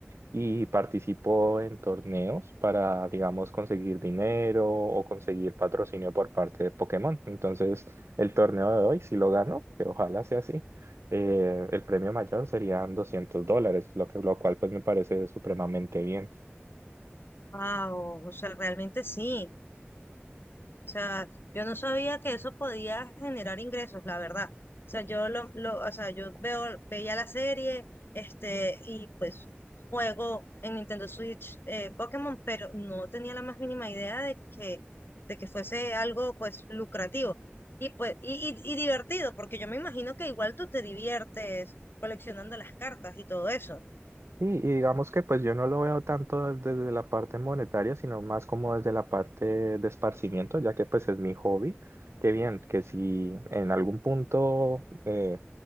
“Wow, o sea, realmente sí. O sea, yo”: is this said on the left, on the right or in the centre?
Left